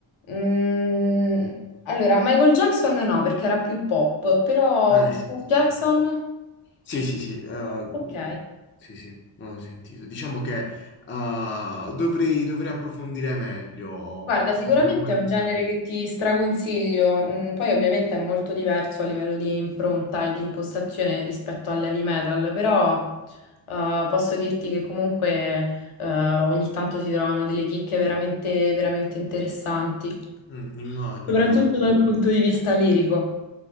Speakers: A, on the left (about 75°); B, on the left (about 25°).
A: mm, allora, Michael Jackson no, perché era più pop, però
B: Eh, sì, sì,
A: Jackson...
B: senta. sì, sì, sì, eh,
A: Ok.
B: sì, sì, non l'ho sentito. Diciamo che eh, dovrei, dovrei approfondire meglio
A: Guarda, sicuramente
B: come, come,
A: è un genere
B: cioè,
A: che ti straconsiglio, mm, poi ovviamente è molto diverso a livello di impronta e di impostazione rispetto all'heavy metal, però eh, posso dirti che comunque eh, ogni tanto si trovano delle chicche veramente, veramente interessanti.
B: mm, immagino,
A: soprattutto
B: immagino.
A: dal punto di vista lirico.